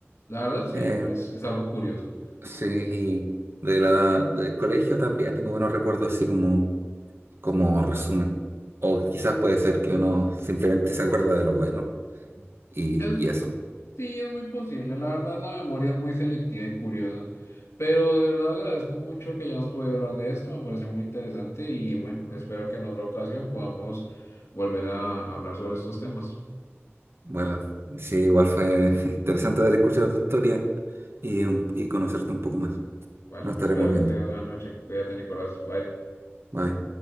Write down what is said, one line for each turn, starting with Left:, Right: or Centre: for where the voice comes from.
Left: La verdad sí,
Right: Eh,
Left: es, es algo curioso.
Right: sí, y de la, del colegio también tengo buenos recuerdos así como como resumen. O quizás puede ser que uno simplemente se acuerda de lo bueno y,
Left: Es,
Right: y eso.
Left: sí, es muy posible, la verdad la memoria es muy selectiva y curiosa, pero de verdad agradezco mucho que hayamos podido hablar de esto, me pareció muy interesante y bueno, espero que en otra ocasión podamos volver a hablar sobre estos temas.
Right: Bueno, sí, igual fue <laughs> interesante haber escuchado tu historia y, un- y conocerte un poco más.
Left: Bueno,
Right: Nos estaremos
Left: espero
Right: viendo.
Left: que tengas buena noche. Cuídate, Nicolás. Bye.
Right: Bye.